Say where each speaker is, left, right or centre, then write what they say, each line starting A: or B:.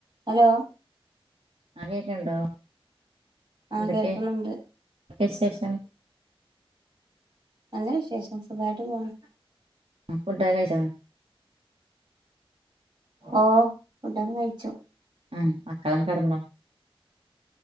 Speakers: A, on the right; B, on the right.
A: Hello.
B: മഴക്കെ ഇണ്ടോ
A: ആ
B: എന്തൊക്കെ
A: കേൾക്കുന്നുണ്ട്
B: എന്തക്കെ വിശേഷം.
A: നല്ല വിശേഷം. സുഖായിട്ട് പോണ്.
B: ആ ഫുഡൊക്കെ കഴിച്ചാ?
A: ഓഹ് ഫുഡൊക്കെ കഴിച്ചു
B: ഉം മക്കളക്കെ കെടന്നോ?